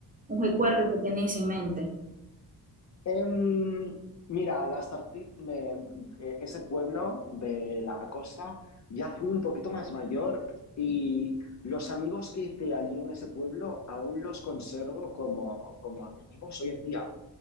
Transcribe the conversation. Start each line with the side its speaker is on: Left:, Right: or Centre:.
Right: un recuerdo que tenés en mente.
Left: Em, mira, la Startup, me- eh, ese pueblo de la costa, ya fui un poquito más mayor y los amigos que hice allí en ese pueblo aún los conservo como, como amigos hoy en día.